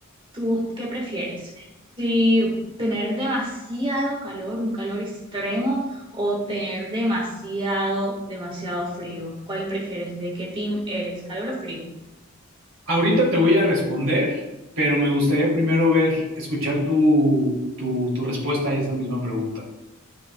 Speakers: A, on the right; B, on the right.
A: ¿Tú qué prefieres? Si tener demasiado calor, un calor extremo, o tener demasiado, demasiado frío. ¿Cuál prefieres? ¿De qué team eres? ¿Calor o frío?
B: Ahorita te voy a responder, pero me gustaría primero ver, escuchar tu, tu, tu respuesta a esa misma pregunta.